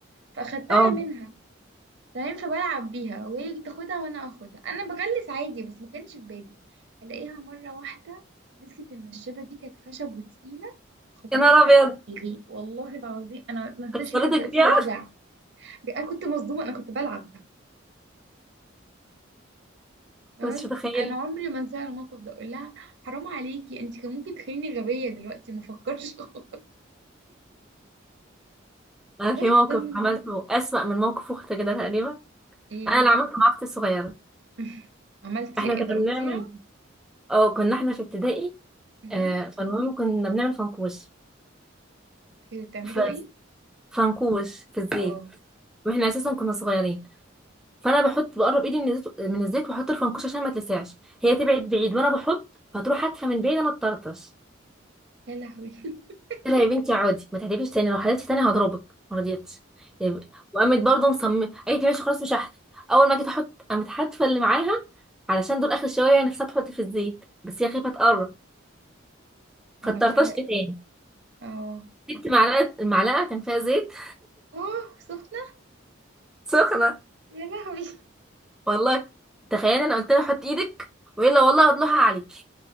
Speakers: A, on the right (about 60°); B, in the centre.
A: فاخدتها
B: اه
A: منها تمام فبلعب بيها وهي تاخدها وانا اخدها انا بغلس عادي بس ما كانش في بالي الاقيها مره واحده مسكت النشابه دي كانت خشب وتقيله خبطتها
B: يا نهار ابيض
A: على دماغي والله العظيم انا ما انساش
B: كسرتك
A: لغايه دلوقتي
B: بيها
A: الوجع انا كنت مصدومه انا كنت بلعب بس
B: <laughs> مش متخيله
A: انا عمري ما انسى الموقف ده اقول لها حرام عليكي انت كان ممكن تخليني غبيه دلوقتي ما افكرش خالص
B: انا
A: بس
B: في موقف
A: ده من
B: عملته
A: ضمن
B: اسوأ من موقف اختي كده تقريبا
A: ايه
B: انا اللي عملته مع اختي الصغيره
A: <laughs> عملتي
B: احنا
A: ايه
B: كنا
A: ضربتيها
B: بنعمل اه كنا احنا في ابتدائي
A: مهم.
B: آه فالمهم كنا بنعمل فنكوش
A: كنتوا بتعملوا
B: ف...
A: ايه
B: فنكوش في الزيت
A: اه
B: واحنا اساسا كنا صغيرين فانا بحط بقرب ايدي من الزيت من الزيت واحط الفنكوش عشان ما تلسعش هي تبعد بعيد وانا بحط فتروح هاتفه من بعيد انا اتطرطش
A: يا لهوي <laughs>
B: قلت لها يا بنتي عادي ما تحدفيش تاني لو حدفتي تاني هضربك ما رضيتش يب- وقامت برضه مصممه قالت لي ماشي خلاص مش هحدف اول ما جيت احط قامت حاتفه اللي معاها علشان دول اخر شويه هي نفسها تحط في الزيت بس هي خايفه تقرب
A: عملت
B: فاتطرطشت
A: لها
B: تاني
A: ايه اه
B: جبت معلقه المعلقه كان فيها زيت
A: اوه سخنة
B: <laughs> سخنه
A: يا لهوي
B: والله تخيل انا قلت لها حط ايدك والا والله هطلعها عليكي